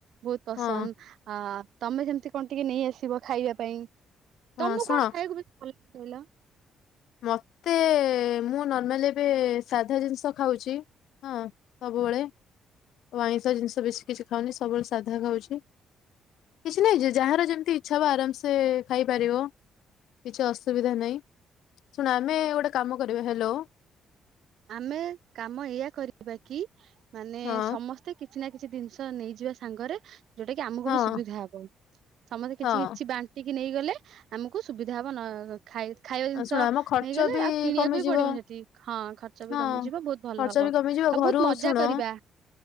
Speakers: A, on the right; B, on the left.
A: ବହୁତ ପସନ୍ଦ।
B: ହଁ
A: ହ ତମେ ଯେମତି କଣ ଟିକେ ନେଇ ଆସିବ ଖାଇବା ପାଇଁ। ତମକୁ
B: ହଁ ଶୁଣ
A: କଣ ଖାଇବାକୁ ବେଶୀ ଭଲ ଲାଗେ କହିଲ?
B: ମତେ ମୁଁ ନର୍ମାଲି ଏବେ ସାଧା ଜିନିଷ ଖାଉଛି। ହଁ ସବୁବେଳେ ଆଉ ଆଇଁଷ ଜିନିଷ ବେଶୀ କିଛି ଖାଉନି ସବୁବେଳେ ସାଧା ଖାଉଛି। କିଛି ନାହିଁ ଯେ ଯାହାର ଯେମିତି ଇଚ୍ଛା ହବ ଆରାମସେ ଖାଇପାରିବ। କିଛି ଅସୁବିଧା ନାହିଁ। ଶୁଣ ଆମେ ଗୋଟେ କାମ କରିବା, ହ୍ୟାଲୋ
A: ଆମେ କାମ ଏଇଆ କରିବା କି ମାନେ
B: ହଁ
A: ସମସ୍ତେ ସେଠି କିଛି ନା କିଛି ଜିନିଷ ନେଇଯିବା ସାଙ୍ଗରେ। ଯୋଉଟା କି ଆମକୁ
B: ହଁ
A: ବି ସୁବିଧା ହବ। ସମସ୍ତେ କିଛି
B: ହଁ
A: କିଛି ବାଣ୍ଟି ବାଣ୍ଟିକି ନେଇଗଲେ ଆମକୁ ସୁବିଧା ହବ ନ ଖାଇ ଖାଇବା ଜିନିଷ
B: ଆଉ ଶୁଣ ଆମ ଖର୍ଚ୍ଚ
A: ନେଇଗଲେ
B: ବି
A: ଆଉ କିଣିବାକୁ
B: କମିଯିବ
A: ବି ପଡିବନି ସେଠି, ହଁ ଖର୍ଚ୍ଚ ବି
B: ହଁ
A: କମିଯିବ ବହୁତ ଭଲ
B: ଖର୍ଚ୍ଚ
A: ହବ।
B: ବି କମିଯିବ
A: ଆଉ
B: ଘରୁ
A: ବହୁତ ମଜା
B: ଶୁଣ
A: କରିବା